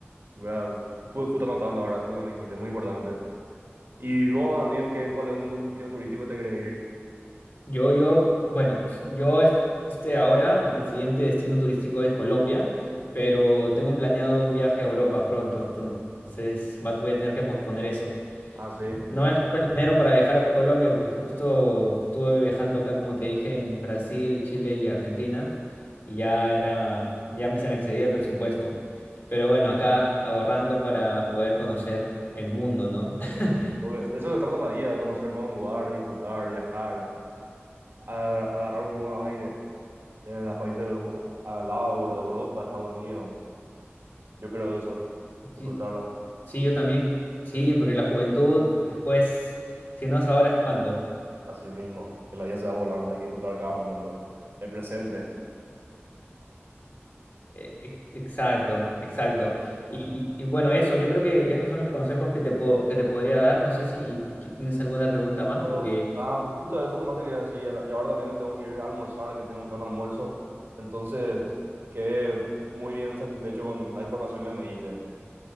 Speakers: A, on the right; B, on the left.
A: Bueno, estuve justo anotando ahora, eso es lo que me dijiste, muy importante. Y vos, Daniel, ¿qué, cuál es un lu- destino turístico que te querés ir?
B: Yo, yo, bueno, <laughs> yo este ahora, mi siguiente destino turístico es Colombia, pero tengo planeado un viaje a Europa pronto, entonces va- voy a tener que posponer eso.
A: Ah, sí.
B: No me alcanza el dinero para viajar a Colombia porque justo estuve viajando acá, como te dije, en Brasil, Chile y Argentina y ya era, ya se me excedía el presupuesto. Pero bueno, acá ahorrando para poder conocer el mundo, ¿no? <laughs>
A: Porque eso se trata la vida, de conocer nuevos lugares, disfrutar, viajar, a- agarrar un nuevo aire de los países de Eu- al lado de Europa, Estados Unidos. Yo creo eso, disfrutarla
B: Sí, sí, yo también. Sí, porque la juventud, después, si no es ahora, es cuándo.
A: a sí mismo. Que la vida se va volando, hay que disfrutar cada momento, el presente.
B: E- e- Exacto, exacto.
A: Sí.
B: Y, y bueno, eso, yo creo que esos son los consejos que te puedo, que te podría dar. No sé si que tienes alguna pregunta más,
A: No,
B: porque
A: nada, justo eso nomás te quería decir. Y ahora también me tengo que ir a almorzar, que tengo que un almuerzo. Entonces, quedé muy bien satisfecho con la información que me diste.